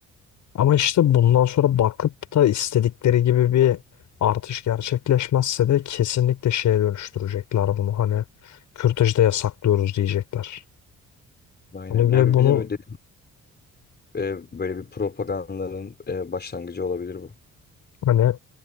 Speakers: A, on the left; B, on the left.
A: Ama işte bundan sonra bakıp da istedikleri gibi bir artış gerçekleşmezse de kesinlikle şeye dönüştürecekler bunu. Hani kürtajı da yasaklıyoruz diyecekler.
B: Aynen.
A: Hani
B: Ya
A: ve bunu
B: bir de böyle dedim, e, böyle bir propagandanın e, başlangıcı olabilir bu.
A: hani